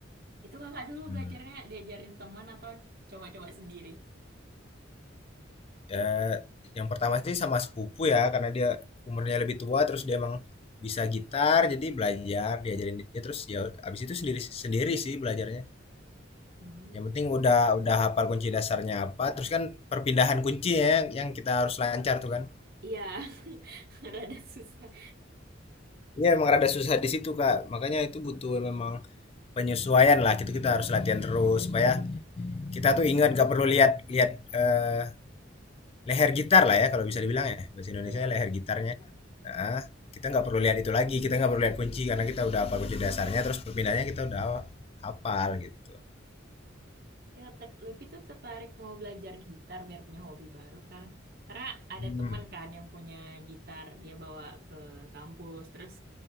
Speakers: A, on the right; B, on the left.
A: itu kakak dulu
B: Hmm.
A: belajarnya diajarin teman atau coba-coba sendiri?
B: Ya, yang pertama sih sama sepupu ya karena dia umurnya lebih tua terus dia emang bisa gitar jadi belajar diajarin dia terus ya abis itu sendiri sendiri sih belajarnya.
A: Hmm.
B: Yang penting udah udah hafal kunci dasarnya apa terus kan perpindahan kunci ya yang kita harus lancar tuh kan.
A: Iya, <laughs> rada susah.
B: Iya emang rada susah di situ Kak. Makanya itu butuh memang penyesuaian lah. gitu kita harus latihan terus supaya kita tuh ingat gak perlu lihat lihat eh, leher gitar lah ya kalau bisa dibilang ya bahasa Indonesia
A: Iya,
B: leher gitarnya Nah, kita nggak perlu lihat itu lagi kita nggak perlu lihat kunci karena kita udah apa kunci dasarnya terus perpindahannya kita udah hafal gitu
A: ya Tek- Lutfi tuh tertarik mau belajar gitar biar punya hobi baru kan. Karena ada
B: hmm.
A: teman kan yang punya gitar, dia bawa ke kampus, terus